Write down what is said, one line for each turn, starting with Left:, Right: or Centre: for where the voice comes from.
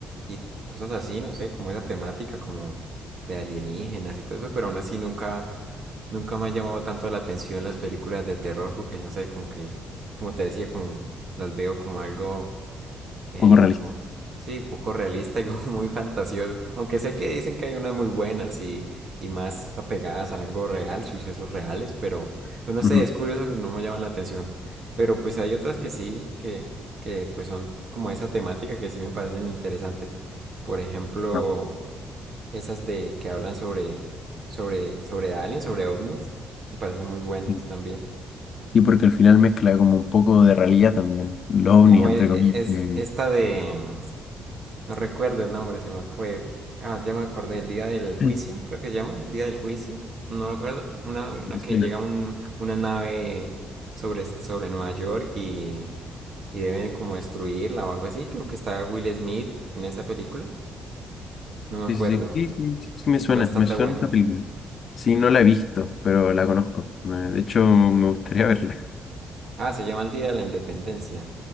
Right: y cosas así, no sé, como esa temática como de alienígenas y todo eso, pero aún así nunca, nunca me ha llamado tanto la atención las películas de terror porque no sé, como que, como te decía, como las veo como algo eh,
Left: poco realista.
Right: como, sí, poco realista y <laughs> como muy fantasioso. Aunque sé que dicen que hay unas muy buenas y, y más apegadas a algo real, sucesos reales, pero pues, no sé,
Left: Ujú,
Right: es curioso que no me llaman la atención. Pero pues hay otras que sí, que, que pues son como esa temática que sí me parecen interesantes. Por ejemplo,
Left: no,
Right: esas de que hablan sobre sobre sobre aliens, sobre ovnis, me parecen muy buenas
Left: Sí,
Right: también.
Left: Sí, porque al final mezcla como un poco de realidad también, los ovnis,
Right: Como
Left: entre
Right: e- e-
Left: comillas,
Right: es,
Left: que
Right: esta de mm, No recuerdo el nombre, se me fue. Ah, ya me acordé, el día del
Left: <clears throat>
Right: juicio,
Left: que
Right: creo que se llama, el día del juicio, no lo recuerdo. Una, una
Left: me
Right: que
Left: suena.
Right: llega un- una nave sobre, sobre Nueva York y, y deben como destruirla o algo así. Creo que está Will Smith en esa película, no me acuerdo.
Left: Sí, sí, sí, sí, sí, sí, sí me
Right: Es
Left: suena,
Right: bastante
Left: me suena
Right: buena.
Left: esta película. Sí, no la he visto, pero la conozco. Me- De hecho, me gustaría verla.
Right: Ah, se llama el Día de la Independencia.